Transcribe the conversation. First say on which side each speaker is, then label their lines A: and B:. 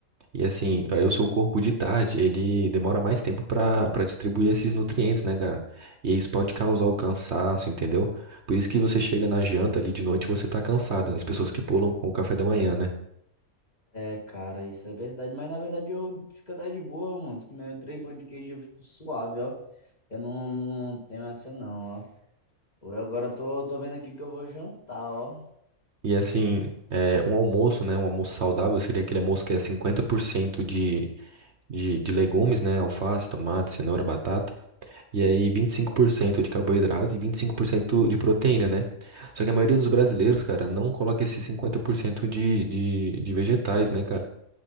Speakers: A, on the right; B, on the left.
A: E assim, aí o seu corpo de tarde, ele demora mais tempo para para distribuir esses nutrientes, né, cara? E isso pode causar o cansaço, entendeu? Por isso que você chega na janta ali de noite, e você tá cansado. né? As pessoas que pulam o café da manhã, né?
B: É, cara, isso é verdade, mas na verdade eu fico até de boa, mano, se comer três pão de queijo eu fico suave, ó. Eu não, não tenho essa não, ó. Pô, Eu agora tô, tô vendo aqui o que eu vou jantar, ó.
A: E assim, é, um almoço, né? Um almoço saudável seria aquele almoço que é 50% de, de, de legumes, né? Alface, tomate, cenoura, batata. E aí 25% de carboidrato e 25% de proteína, né? Só que a maioria dos brasileiros, cara, não coloca esse esses 50% de, de, de vegetais, né, cara?